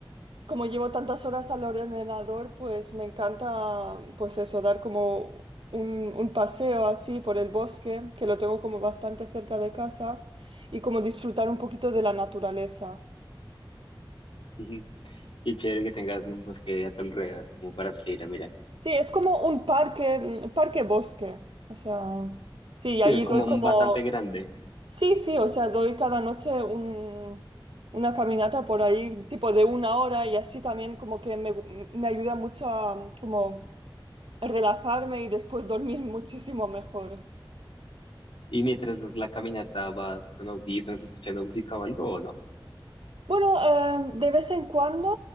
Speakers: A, on the right; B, on the left.
A: como llevo tantas horas al ordenador, pues me encanta, pues eso, dar como un, un paseo así por el bosque, que lo tengo como bastante cerca de casa, y como disfrutar un poquito de la naturaleza.
B: Ujú. Qué chévere que tengas un bosque a tu alrededor, como para salir a mirar.
A: Sí, es como un parque, mm, parque bosque. O sea, sí, y
B: Sí,
A: ahí
B: como
A: doy como,
B: un bastante grande.
A: sí, sí, o sea, doy cada noche un- una caminata por ahí, tipo de una hora, y así también como que me, me ayuda mucho a, como relajarme y después dormir muchísimo mejor.
B: Y mientras das la caminata, vas con audífonos, escuchando música o algo, ¿o no?
A: Bueno, eh, de vez en cuando